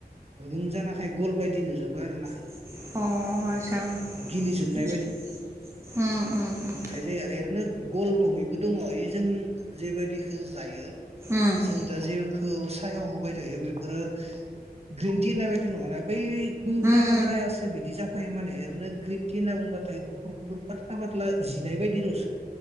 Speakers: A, on the right (about 40°); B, on the right (about 15°).
A: दुंजानाखाय गल बायदि नुजोबो आरो ना।
B: अ' आसा
A: गिलिजोबनाय
B: उम, उम उम, उम।
A: खायजाया ओरैनो गल नङैबो दङ इ जों जेबायदिखो जायो
B: उम
A: जों दा जेखौ सायाव होबाय थायो बेफोरो ग्रिन टि होननाय बायदि नङाना बै गुन्द्रा
B: उम उम
A: द्रायासो बिदि जाफायो माने ओरैनो ग्रिन टि होनना बुंबाथाय गुफुर गुफुर पाथ्ला पाथ्ला जिनाय बायदिल'सो।